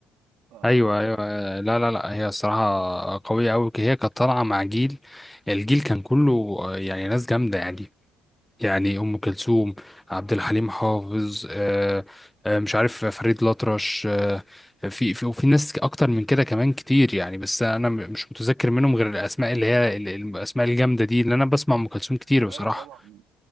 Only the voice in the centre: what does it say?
ايوه ايوه آه، لا لا لا هي الصراحه قويه قوي هي كانت طالعه مع جيل الجيل كان كله آه، يعني ناس جامده يعني يعني ام كلثوم عبد الحليم حافظ آه، آه، مش عارف فريد الأطرش آه، في في وفي ناس اكتر من كده كمان كتير يعني بس انا م- مش متذكر منهم غير الاسماء اللي هي ال- ال- الاسماء الجامده دي اللي انا بسمع ام كلثوم كتير بصراحه